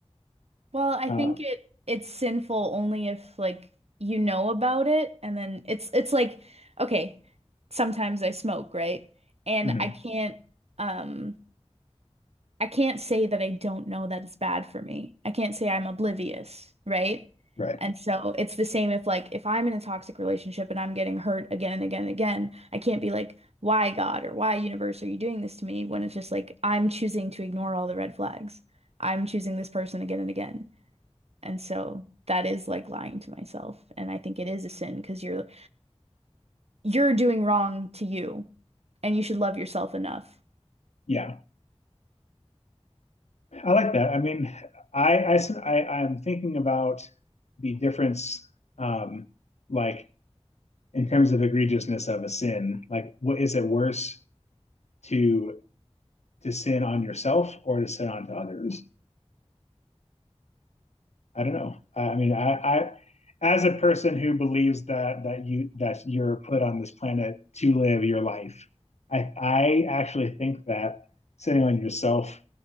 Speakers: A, on the right; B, on the left.
A: Well, I
B: Uh,
A: think it it's sinful only if like you know about it and then it's it's like okay, sometimes I smoke, right? And
B: mhm,
A: I can't um I can't say that I don't know that it's bad for me. I can't say I'm oblivious, right?
B: right.
A: And so it's the same if like if I'm in a toxic relationship and I'm getting hurt again and again and again, I can't be like, why God or why universe are you doing this to me? When it's just like I'm choosing to ignore all the red flags. I'm choosing this person again and again. And so that is like lying to myself. And I think it is a sin because you're you're doing wrong to you and you should love yourself enough.
B: Yeah, I like that. I mean, I I i am thinking about the difference, um, like in terms of egregiousness of a sin. Like, what is it worse to to sin on yourself or to sin onto others? I don't know. I mean, I, I as a person who believes that that you that you're put on this planet to live your life, I I actually think that sitting on yourself